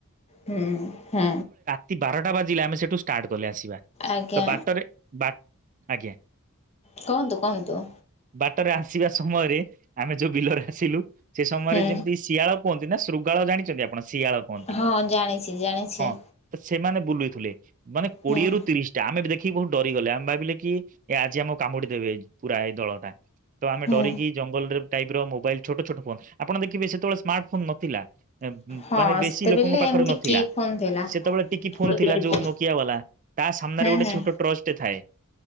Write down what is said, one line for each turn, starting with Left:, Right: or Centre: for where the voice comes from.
Left: ହୁଁ ହଁ
Right: ତି ବାରଟା ବାଜିଲା ଆମେ ସେଠୁ ଷ୍ଟାର୍ଟ କଲେ ଆସିବା
Left: ଆଜ୍ଞା
Right: ତ ବାଟରେ ବା ଆଜ୍ଞା।
Left: କୁହନ୍ତୁ କୁହନ୍ତୁ
Right: ବାଟରେ ଆସିବା ସମୟରେ ଆମେ ଯୋଉ ବିଲରେ ଆସିଲୁ ସେ ସମୟରେ
Left: ହୁଁ
Right: ଯେମତି ଶିଆଳ କୁହନ୍ତି ନା ଶୃଗାଳ ଜାଣିଛନ୍ତି ଆପଣ ଶିଆଳ। କୁହନ୍ତି।
Left: ହଁ ଜାଣିଛି ଜାଣିଛି।
Right: ହଁ ତ ସେମାନେ ବୁଲୁଥିଲେ ମାନେ କୋଡିଏରୁ
Left: ହୁଁ
Right: ତିରିଶ ଟା ଆମେ ଦେଖିକି ବହୁତ ଡରିଗଲେ ଆମେ ଭାବିଲେ କି ଏ ଆଜି ଆମ କାମୁଡି ଦେବେ ପୁରା ଏଇ ଦଳଟା। ତ ଆମେ
Left: ହୁଁ
Right: ଡରିକି ଜଙ୍ଗଲରେ ଟାଇପ ର ମୋବାଇଲ ଛୋଟ ଛୋଟ ଫୋନ ଆପଣ ଦେଖିବେ ସେତେବେଳେ ସ୍ମାର୍ଟ ଫୋନ ନଥିଲା।
Left: ହଁ
Right: ମାନେ ବେଶୀ
Left: ସେତେବେଳେ
Right: ଲୋକଙ୍କ ପାଖରେ
Left: ଏମିତି
Right: ନଥିଲା
Left: କି ଫୋନ୍ ଥିଲା।
Right: ସେତେବେଳେ ଟିକି ଫୋନ
Left: କିପ୍ୟାଡ୍
Right: ଥିଲା ଯୋଉ
Left: ଫୋନ୍
Right: ନୋ କିଆ ବାଲା ତା ସାମ୍ନାରେ
Left: ହୁଁ
Right: ଗୋଟେ
Left: ହୁଁ
Right: ଛୋଟ ଟର୍ଚ୍ଚ ଟେ ଥାଏ।